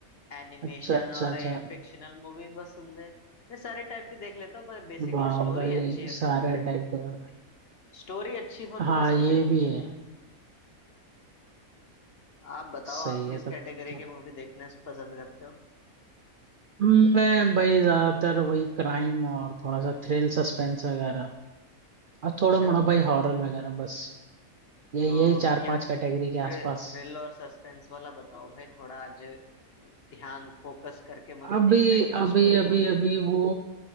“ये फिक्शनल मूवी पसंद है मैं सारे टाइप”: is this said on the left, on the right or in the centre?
Left